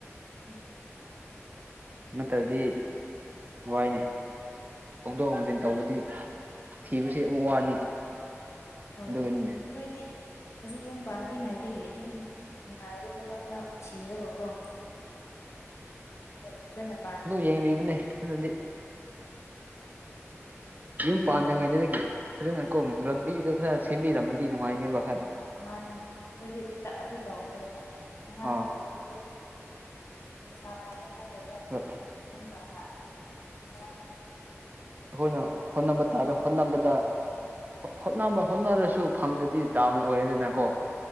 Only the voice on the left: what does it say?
ꯎꯝ
ꯍꯣꯏ
ꯑꯗꯨ ꯅꯣꯏꯗꯤ ꯍꯧ ꯌꯨꯝ ꯄꯥꯟꯗ꯭ꯔꯤꯉꯩꯗꯒꯤ ꯑꯗꯨꯝ ꯅꯨꯡꯉꯥꯏꯕ ꯊꯕꯛ ꯈꯔ ꯁꯤꯔꯕꯀꯣꯣ ꯐꯖꯅ ꯄꯥ
ꯃꯥꯅꯦ ꯃꯥꯅꯦ ꯑꯩꯈꯣꯏꯗꯤ ꯑꯗꯨ ꯑꯗꯨ ꯇꯧꯗ꯭ꯔꯦꯕ ꯑꯉꯥꯡ
ꯑꯣꯏ ꯒꯣꯏ ꯅꯤꯁꯥ ꯐꯥꯕ ꯐꯖꯕꯅꯤ
ꯑꯗꯨꯨꯝꯕ ꯂ ꯑ